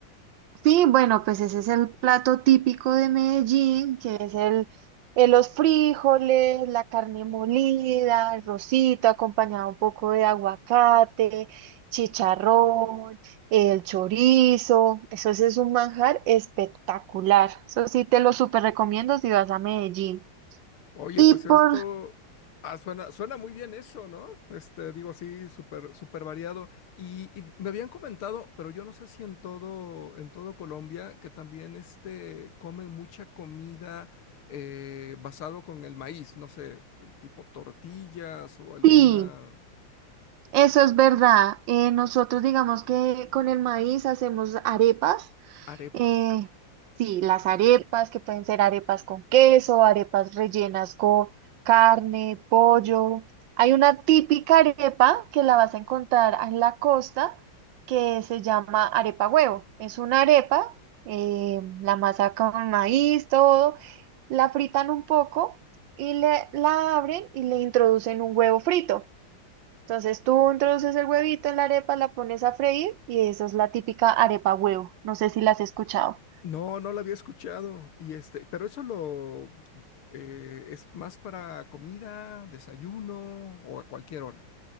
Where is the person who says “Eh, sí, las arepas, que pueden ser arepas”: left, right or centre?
Right